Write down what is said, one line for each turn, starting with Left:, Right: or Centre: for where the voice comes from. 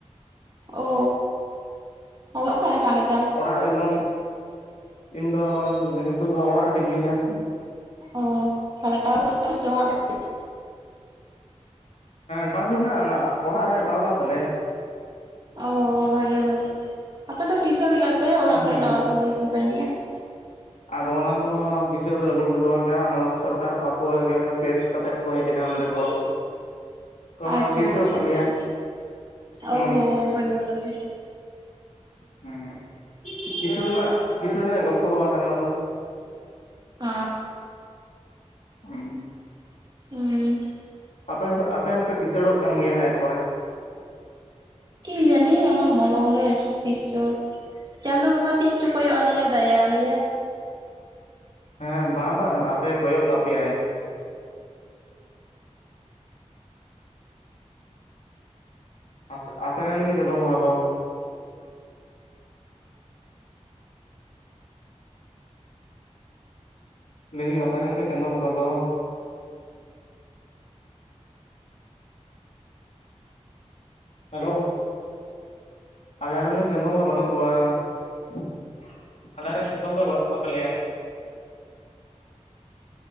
Right: ᱚ ᱛᱟᱦᱚᱞᱮ ᱚᱠᱟᱨᱮ ᱦᱮᱱᱟᱜ ᱢᱮ
Left: ᱚᱲᱟᱜ ᱮᱠᱫᱚᱢ ᱤᱧ ᱫᱚ ᱱᱤᱛᱚᱜ ᱫᱚ ᱚᱲᱟᱜ ᱨᱮᱜᱮ ᱢᱤᱱᱟᱹᱧᱟ ᱾
Right: ᱚ ᱛᱟᱦᱚᱞᱮ ᱴᱟᱣᱟᱨ ᱫᱚ ᱵᱟᱹᱱᱩᱜ ᱛᱟᱢᱟ ᱚᱲᱟᱜ ᱨᱮ?
Left: ᱴᱟᱣᱟᱨ ᱢᱮᱱᱟᱜᱼᱟ ᱱᱟᱦᱟᱜ ᱚᱲᱟᱜ ᱨᱮ ᱴᱟᱣᱟᱨ ᱢᱮᱱᱟᱜ ᱛᱟᱞᱮᱭᱟ ᱾
Right: ᱚ ᱵᱷᱟᱜᱮ ᱵᱷᱟᱜᱮ ᱟᱯᱮ ᱫᱚ ᱠᱤᱥᱟᱹᱲ ᱜᱮᱭᱟ ᱯᱮ ᱚᱲᱟᱜ
Left: ᱦᱩᱸ
Right: ᱠᱚᱨᱮᱜ ᱴᱟᱣᱟᱨ ᱯᱮ ᱵᱚᱹᱭᱥᱟᱹᱣ ᱠᱟᱜ ᱱᱤᱜᱼᱟ ᱾
Left: ᱟᱫᱚ ᱚᱱᱟ ᱫᱚ ᱠᱤᱥᱟᱹᱬ ᱨᱮᱫᱚ ᱵᱚᱞᱛᱮ ᱫᱚ ᱵᱟᱝ ᱠᱟᱱᱟ ᱚᱱᱟ ᱫᱚ ᱥᱚᱨᱠᱟᱨ ᱠᱚ ᱟᱠᱚᱣᱟᱜ ᱪᱮᱨ ᱨᱮᱠᱟ ᱪᱳᱭᱮᱥ ᱠᱟᱛᱮᱫ ᱠᱚ ᱦᱮᱡ ᱟᱠᱟᱱᱟ ᱱᱚᱸᱰᱮ ᱠᱚ, ᱠᱚ
Right: ᱟᱪᱪᱷᱟ
Left: ᱵᱟᱹᱭᱥᱟᱹᱣ
Right: ᱟᱪᱪᱷᱟ
Left: ᱟᱠᱟᱫ
Right: ᱟᱪᱪᱷᱟ
Left: ᱞᱮᱭᱟ ᱦᱩᱸ
Right: ᱟᱨ ᱦᱚᱸ ᱵᱷᱟᱹᱜᱮ ᱵᱷᱟᱹᱜᱮ
Left: ᱦᱩᱸ ᱦᱩᱸ ᱠᱤᱥᱟᱹᱬ ᱨᱮᱱᱟᱜ ᱠᱤᱥᱟᱹᱬ ᱨᱮᱱᱟᱜ ᱜᱚᱞᱯᱷᱚ ᱫᱚ ᱵᱟᱝ ᱠᱟᱱᱟ ᱚᱱᱟ ᱫᱚ
Right: ᱚ
Left: ᱦᱩᱸ
Right: ᱦᱩᱸ
Left: ᱟᱯᱮ ᱦᱚᱸ ᱟᱯᱮ ᱦᱚᱸᱯᱮ ᱠᱤᱥᱟᱹᱲᱚᱜ ᱠᱟᱱ ᱜᱮᱭᱟ ᱦᱟᱸᱜ ᱮᱨ ᱯᱚᱨᱮ ᱾
Right: ᱠᱤ ᱡᱟᱹᱱᱤ ᱚᱱᱟ ᱢᱚᱞᱚᱝ ᱨᱮ ᱛᱤᱥᱪᱚ ᱪᱟᱸᱫᱳ ᱵᱚᱸᱜᱟ ᱛᱤᱥ ᱪᱚ ᱠᱚᱭᱚᱜ ᱟᱞᱮᱭᱟ ᱫᱟᱭᱟ ᱟᱞᱮᱭᱟᱭ ᱾
Left: ᱦᱮᱸ ᱵᱟ ᱵᱟᱝ ᱟᱯᱮ ᱠᱚᱭᱚᱜ ᱜᱚᱜ ᱟᱯᱮᱭᱟᱭ ᱾ ᱟ ᱟᱯᱮᱨᱮᱱ ᱜᱮ ᱪᱟᱸᱫᱳ ᱵᱚᱸᱜᱟ ᱫᱚ ᱾ ᱞᱟᱹᱭ ᱫᱤᱧ ᱟᱯᱮᱨᱮᱱ ᱜᱮ ᱪᱟᱸᱫᱳ ᱵᱚᱸᱜᱟ ᱫᱚ ᱦᱮᱞᱳ ᱟᱞᱮ ᱨᱮᱱ ᱫᱚ ᱪᱟᱸᱫᱳ ᱵᱚᱸᱜᱟ ᱵᱟᱹᱱᱩᱜ ᱠᱚᱣᱟ ᱾ ᱟᱞᱮᱨᱮᱱ ᱪᱟᱸᱫᱳ ᱵᱚᱸᱜᱟ ᱵᱟᱹᱱᱩᱜ ᱠᱚᱛᱟᱞᱮᱭᱟ ᱾